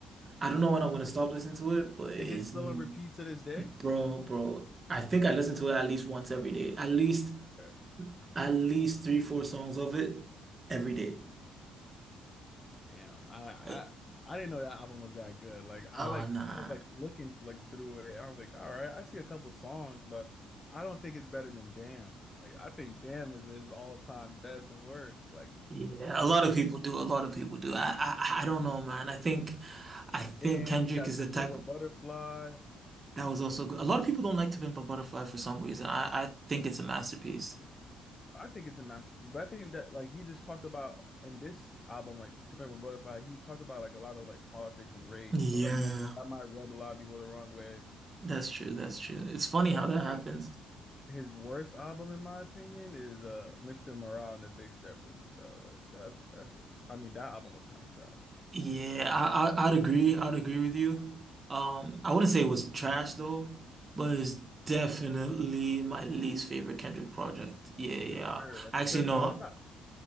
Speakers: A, on the right; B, on the left.
A: I don't know when I'm gonna stop listening to it, but it's
B: Is it still on repeat to this day?
A: Bro, bro. I think I listen to it at least once every day. At least
B: Okay.
A: at least three, four songs of it every day.
B: Damn, I
A: Uh,
B: I I didn't know that album was that good. Like I
A: Oh
B: like
A: nah.
B: I was like looking like through it, and I was like, all right, I see a couple songs, but I don't think it's better than Damn. Like I think Damn is his all time best work. Like
A: Yeah,
B: like
A: a lot of people do. A lot of people do. I, I I don't know, man. I think I think
B: Damn,
A: Kendrick
B: he got
A: is
B: to
A: the type
B: Pimp a Butterfly.
A: that was also good. A lot of people don't like To Pimp a Butterfly for some reason. I I think it's a masterpiece.
B: I think it's a masterpiece, but I think that like he just talked about in this album, like To Pimp a Butterfly, he talked about like a lot of like politics and race.
A: Yeah,
B: So like that might rub a lot of people the wrong way.
A: that's true. That's true. It's funny
B: But
A: how that
B: I
A: happens.
B: think his worst album, in my opinion, is uh Mr. Morale and the Big Steppers, bro. Like that's that shit. was- I mean, that album was kind of trash
A: Yeah, I, I I'd agree. I'd agree with you. Um, I wouldn't say it was trash though, but it's definitely my least favorite Kendrick project. Yeah, yeah.
B: for sure. Like
A: Actually,
B: compared,
A: no,
B: oh, it's not.